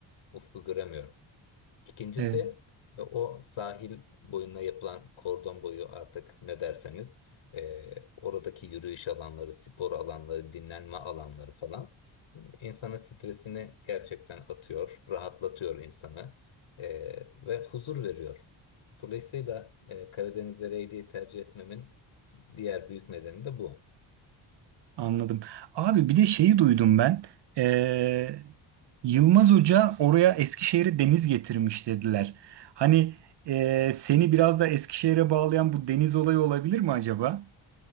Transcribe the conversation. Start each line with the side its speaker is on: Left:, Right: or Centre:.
Left: Ufku göremiyorum. İkincisi
Right: Evet.
Left: e, o sahil boyuna yapılan kordon boyu artık ne derseniz e, oradaki yürüyüş alanları, spor alanları, dinlenme alanları falan insanın stresini gerçekten atıyor, rahatlatıyor insanı e, ve huzur veriyor. Dolayısıyla e, Karadeniz'e reyliği tercih etmemin diğer büyük nedeni de bu.
Right: Anladım. Abi bir de şeyi duydum ben. Ee, Yılmaz Hoca oraya Eskişehir'e deniz getirmiş dediler. Hani ee, seni biraz da Eskişehir'e bağlayan bu deniz olayı olabilir mi acaba?